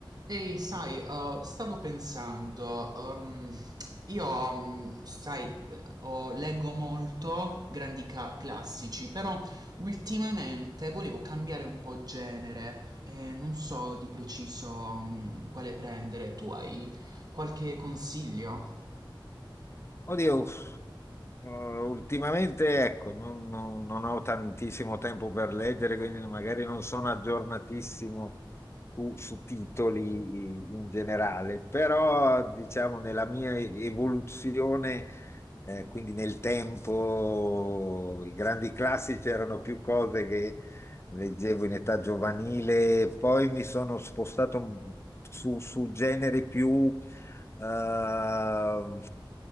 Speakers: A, on the right (about 50°); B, on the left (about 30°).
A: Ehi, sai, eh, stavo pensando, ehm, io, mm, sai, eh, ho- leggo molto grandi ca- classici, però ultimamente volevo cambiare un po' genere e non so di preciso, mm, quale prendere. Tu hai qualche consiglio
B: Oddio, eh, ultimamente ecco, non, non- non ho tantissimo tempo per leggere, quindi magari non sono aggiornatissimo su, su titoli in generale, però diciamo nella mia evoluzione, eh, quindi nel tempo, i grandi classici erano più cose che leggevo in età giovanile, poi mi sono spostato su, su generi più... eh,